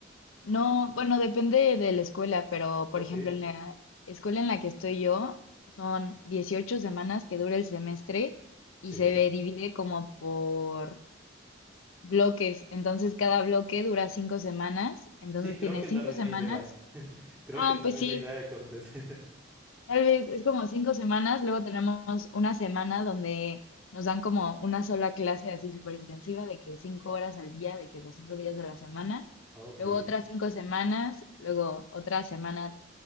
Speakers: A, on the left; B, in the centre.
A: No, bueno, depende de la escuela, pero
B: Ok,
A: por ejemplo, en la escuela en la que estoy yo, son 18 semanas que dura el semestre y
B: sí.
A: se divide como por bloques. Entonces, cada bloque dura cinco semanas. Entonces,
B: Sí, creo
A: tienes
B: que es
A: cinco
B: la misma
A: semanas.
B: idea. <laughs> Creo
A: Ah,
B: que es la
A: pues
B: misma
A: sí,
B: idea de cortes. <laughs>
A: Tal vez es como cinco semanas, luego tenemos una semana donde nos dan como una sola clase así súper intensiva de que cinco horas al día, de que los cinco días de la semana,
B: Ok.
A: luego otras cinco semanas, luego otra semana,